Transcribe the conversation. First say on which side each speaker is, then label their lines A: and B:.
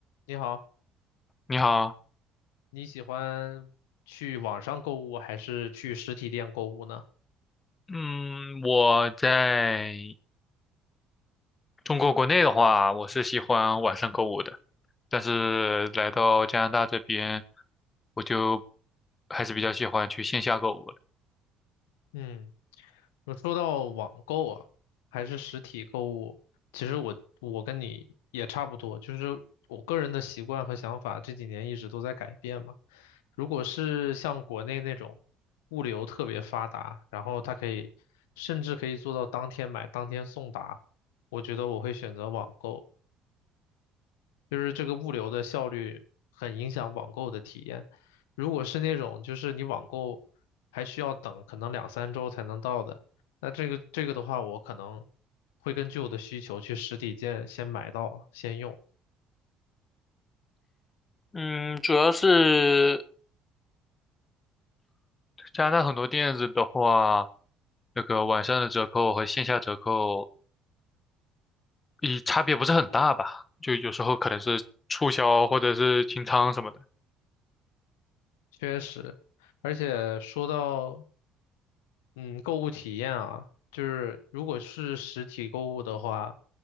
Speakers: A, on the left (about 85°); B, on the left (about 30°).
A: 你好，
B: 你好，
A: 你喜欢去网上购物还是去实体店购物呢？
B: 嗯，我在中国国内的话，我是喜欢晚上购物的，但是来到加拿大这边，我就还是比较喜欢去线下购物的。
A: 嗯，那说到网购啊，还是实体购物，其实我我跟你也差不多，就是我个人的习惯和想法这几年一直都在改变嘛。如果是像国内那种物流特别发达，然后它可以甚至可以做到当天买当天送达，我觉得我会选择网购。就是这个物流的效率很影响网购的体验。如果是那种就是你网购还需要等可能两三周才能到的，那这个这个的话，我可能会根据我的需求去实体店先买到先用。
B: 嗯，主要是，加拿大很多店子的话，那个晚上的折扣和线下折扣，一差别不是很大吧？就有时候可能是促销或者是清仓什么的。
A: 确实，而且说到嗯购物体验啊，就是如果是实体购物的话，